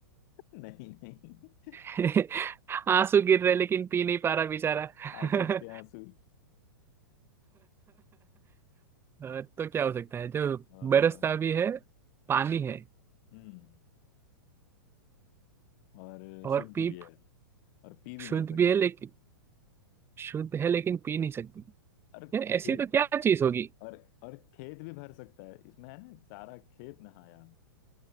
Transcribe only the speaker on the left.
<laughs> नहीं नहीं
आशिक
के आंसू
अ,
हम्म और
शुद्ध
भी है और पी भी
नहीं सकते
और
खेत
और और खेत भी भर सकता है इसमें है ना सारा खेत नहाया